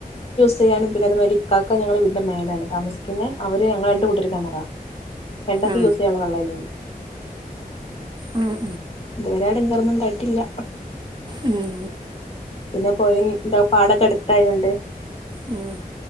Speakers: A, on the left; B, on the right.
A: ചെയ്യാനും പിന്നെ അത്‌ മാതിരി ഇക്കാക്ക ഞങ്ങൾ വീടിന്റെ മേലാണ് താമസിക്കുന്ന, അവര് ഞങ്ങൾക്ക് രണ്ടുകൂട്ടര് ക്കൊള്ള കിണറാ. രണ്ടുപേർക്കും
B: ആ
A: യൂസ് ചെയ്യാനുള്ള വെള്ള അതിൽ ഉണ്ട്
B: ഉം
A: ഒരാട്ങേറൊന്നും ഉണ്ടായിട്ടില്ല
B: ഉം
A: പിന്നെ പോയിം ന്ത പാടൊക്കെ അടുത്ത് ത്തായൊണ്ടേയ്
B: ഉം